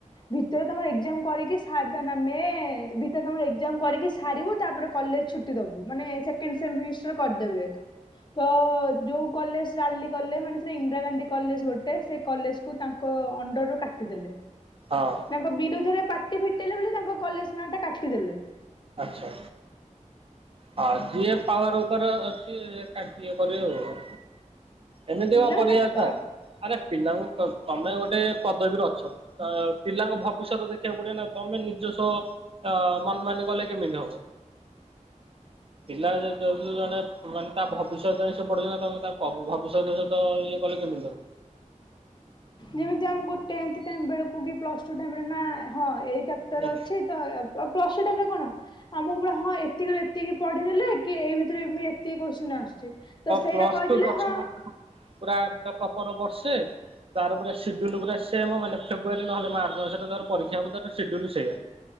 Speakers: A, on the left (about 35°); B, on the right (about 45°).
A: ଭିତରେ ତମର ଏଜାମ୍ କରିକି ସା ଏ ଭିତରେ ତମର ଏଜାମ୍ କରିକି ସାରିବୁ ତାପରେ କଲେଜ୍ ଛୁଟି ଦବୁ ମାନେ ସେ ସେକେଣ୍ଡ ସେମିସିଷ୍ଟ୍ରି କରିଦବେ ତ ଯୋଉ କଲେଜ୍ ରାଲି କଲେ ମାନେ ସେଇଟା ଇନ୍ଦିରାଗାନ୍ଧୀ କଲେଜ୍ ଗୋଟେ ସେ କଲେଜ୍ କୁ ତାଙ୍କ ଅଣ୍ଡରରୁୁ କାଟିଦେଲେ।
B: ହଁ।
A: ତାଙ୍କ ବିରୋଧରେ ପାଟି ଫିଟେଇଲେ ବୋଲି ତାଙ୍କ କଲେଜ୍ ନାଁଟା କାଟିଦେଲେ‌।
B: ଆଚ୍ଛା। ହଁ ଯିଏ ପାୱାର ଉପରେ ଅଛି କାଟି ଇଏ କରିବେ ଆଉ। ଏମିତି
A: ପିଲାମାନେ
B: କଣ କରିବାିବା କଥା
A: ବା
B: ଆରେ ପିଲାଙ୍କୁ ତମେ ଗୋଟେ ପଦବୀରେ ଅଛ। ଅ ପିଲାଙ୍କ ଭବିଷ୍ୟତ ଦେଖିବାକୁ ପଡ଼ିବନା ତମେ ନିଜସ୍ୱ ଅ ମନ ମାନେ କଲେ। କେମିତି ହବ। ପିଲା ଯ ଯେହେତୁ ଜଣେ ମାନେ ତା ଭବିଷ୍ୟତ ସେ ପଡ଼ୁଚିନା ତମେ ତା ଭବିଷ୍ୟତ ସହିତ ଇଏ କଲେ କେମିତି ହବ।
A: ଯେମିତି ଆମକୁ ଟେନ୍ଥ ଟାଇମ୍ ବେଳକୁ କି ପ୍ଲସ୍ ଟୁ ବେଳକୁ କି ନା ହଁ ଏଇ ଚାପ୍ଟର
B: ହୁଁ।
A: ଅଛି ତ ତ ପ୍ଲସ୍ ଟୁ ଟାଇମ୍ ରେ କଣ ଆମକୁ ପୁରା ହଁ ଏତିକି ଏତିକି ପଢିଦେଲେ କି ଏଇ ଭ ସାର୍ ଏମିତି ଏତିକି କୋସ୍ଚିନ୍ ଆସୁଚି ତ ସେଇଟା
B: ପ୍ଲସ
A: କହିଦେଲେ
B: ଟୁ ଦଶମ
A: ହଁ
B: ପୁରା ପୁରା ପପର ବର୍ଷେ ତାର ପୁରା ସିଡୁଲୁ ପୁରା ସେମ ମାନେ ଫେ ଫେବୃୟାରୀ ନହେଲେ ମାର୍ଚ୍ଚ ମାସରେ ତାର ପରୀକ୍ଷା ହେବ ସିଡୁଲୁ ସେଇଆ।